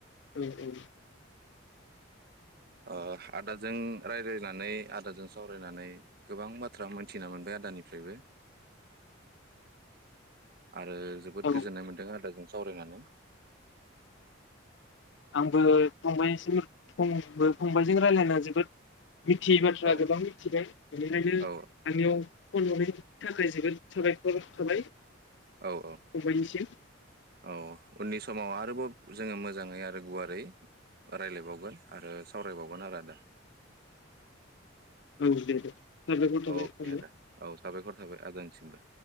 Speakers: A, on the left; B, on the right.
A: उम - उम
B: ओ आदाजों रायलाय नानै आदाजों सावरायनानै गोबां बाथ्रा मोनथिना मोनबाय आदानिफ्रायबो । आरो जोबोद
A: औ
B: गोजोननाय मोन्दों आदाजों सावरायनानै ।
A: आंबो फंबायनिसिम फंबो फंबायजों रायलायना जोबोद मिथियै बाथ्रा
B: औ
A: गोबां मिथिबाय बेनिखायनो
B: औ
A: आंनियाव फन हरनायनि थाखाय जोबोद साबायखर थाबाय
B: औ औ
A: फंबायनिसिम
B: औ उननि समाव आरोबाव जोङो मोजाङै आरो गुवारै रायलायबावगोन आरो सावरायबावगोन आरो आदा
A: औ दे दे साबायखर थाबाय
B: अ के
A: फंबाय
B: आदा औ साबायखर थाबाय आदानि सिमबो